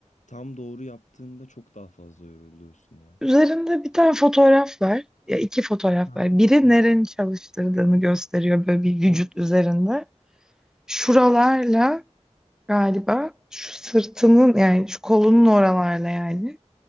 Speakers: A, on the left; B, in the centre.
A: tam doğru yaptığında çok daha fazla yoruluyorsun ya.
B: Üzerinde bir tane fotoğraf var. Ya iki fotoğraf
A: Aha,
B: var. Biri
A: aha,
B: nerenin çalıştırdığını gösteriyor böyle bir vücut
A: aha.
B: üzerinde. Şuralarla galiba şu sırtının yani şu kolunun oralarla yani.